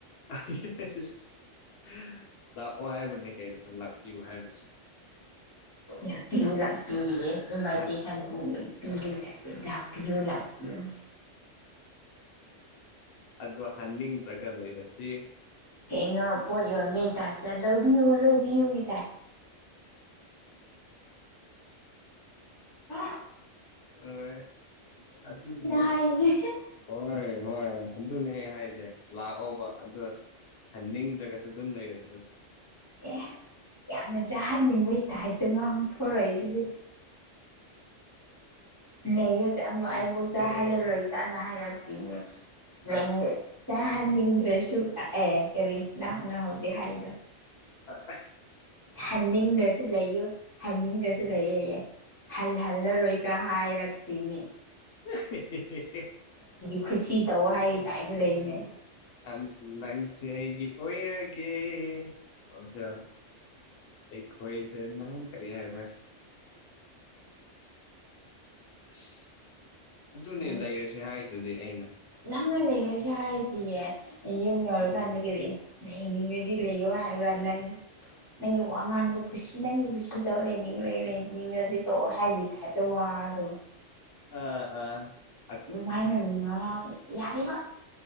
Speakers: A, on the left; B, on the left.
A: <unintelligible> ꯂꯥꯛꯑꯣ ꯍꯥꯏꯕꯅꯦ ꯀꯩꯅꯣ ꯂꯥꯛꯄꯤꯔꯨ ꯍꯥꯏꯕꯁꯤ
B: ꯂꯥꯛꯄꯤꯌꯨ ꯂꯥꯛꯄꯤꯌꯨꯌꯦ ꯏꯟꯚꯥꯏꯇꯦꯁꯟ
A: ꯍꯟ
B: ꯅꯦ ꯄꯤꯕꯩ ꯇꯥꯢꯞꯇ ꯂꯥꯛꯄꯤꯌꯣ ꯂꯥꯛꯄꯤꯌꯣꯅꯦ
A: ꯑꯗꯣ ꯍꯟꯅꯤꯡꯗ꯭ꯔꯒ ꯂꯩꯔꯁꯤ
B: ꯀꯩꯅꯣ ꯄꯣꯠ ꯌꯣꯟꯕꯩ ꯇꯥꯏꯞꯇ ꯂꯧꯕꯤꯌꯣ ꯂꯧꯕꯤꯌꯣꯒꯤ <unintelligible>
A: ꯑꯣꯏ ꯑꯗꯨꯅꯦ
B: ꯍꯥꯏꯔꯤꯁꯦ
A: ꯍꯣꯏ ꯍꯣꯏ ꯑꯗꯨꯅꯦ ꯑꯩ ꯍꯥꯏꯖꯦ ꯂꯥꯛꯑꯣꯕ ꯑꯗꯨ ꯍꯟꯅꯤꯡꯗ꯭ꯔꯒꯁꯨ ꯑꯗꯨꯝ ꯂꯩꯔꯁꯦꯕ
B: ꯑꯦ ꯌꯥꯝꯅ ꯆꯥꯍꯟꯅꯤꯡꯕꯩ ꯇꯥꯏꯞꯇ ꯉꯥꯡꯊꯣꯔꯛꯏꯁꯤꯗꯤ <unintelligible> ꯅꯩꯌꯨ ꯆ ꯑꯃꯨꯛ
A: ꯅꯪꯁꯦ
B: ꯑꯩ ꯃꯨꯛ ꯆꯥꯍꯜꯂꯔꯣꯏ ꯀꯥꯅ ꯍꯥꯏꯔꯛꯇꯤꯅꯦ ꯂꯩ
A: ꯑꯁ
B: ꯆꯥꯍꯟꯅꯤꯡꯗ꯭ꯔꯁꯨ ꯑ ꯑꯦ ꯀꯔꯤ ꯅꯪꯅ ꯍꯧꯖꯤꯛ ꯍꯥꯏꯕꯗꯣ
A: ꯑ ꯑꯁ
B: ꯍꯟꯅꯤꯡꯗ꯭ꯔꯁꯨ ꯂꯩꯌꯨ ꯍꯟꯅꯤꯡꯗ꯭ꯔꯁꯨ ꯂꯩꯌꯦꯌꯦ ꯍꯜꯍꯜꯂꯔꯣꯏ ꯀꯥ ꯍꯥꯏꯔꯛꯇꯦꯃꯦ
A: <unintelligible>
B: ꯈꯨꯁꯤ ꯇꯧ ꯍꯥꯏ ꯗꯥꯏꯗ ꯂꯩꯌꯦꯅꯦ
A: ꯑꯟ ꯅꯪꯁꯦ ꯑꯩꯒꯤ ꯑꯣꯏꯔꯒꯦ ꯑꯣꯏꯖꯔꯣ ꯑꯩꯈꯣꯏꯗ ꯅꯪ ꯀꯔꯤ ꯍꯥꯏꯕ꯭ꯔꯥ ꯑꯁ ꯑꯗꯨꯅꯦ
B: ꯅꯪ
A: ꯂꯩꯔꯁꯦ ꯍꯥꯏꯗꯨꯗꯤ ꯑꯩꯅ
B: ꯅꯪꯅ ꯂꯩꯔꯁꯤ ꯍꯥꯏꯗꯤꯌꯦ ꯑꯩ ꯌꯨꯝ ꯌꯧꯔꯀꯥꯟꯗ
A: ꯎꯝ
B: ꯀꯩꯔꯤ ꯂꯩꯅꯤꯡꯔꯗꯤ ꯂꯩꯌꯣ ꯍꯥꯏꯕ꯭ꯔꯥ ꯅꯪ ꯅꯪꯒꯤ ꯋꯥꯉꯥꯡꯗꯣ ꯈꯨꯁꯤ ꯅꯪꯒꯤ ꯈꯨꯁꯤ ꯇꯧꯔ ꯂꯩꯅꯤꯡ ꯂꯩ ꯂꯩꯅꯤꯡꯗꯗꯤ ꯇꯣꯛꯑꯣ ꯍꯥꯏꯕꯤ ꯇꯥꯏꯞꯇ ꯋꯥꯗꯣ
A: ꯑ ꯑ
B: ꯑꯗꯨꯃꯥꯏꯅ ꯉꯥꯡ ꯌꯥꯔꯦꯕ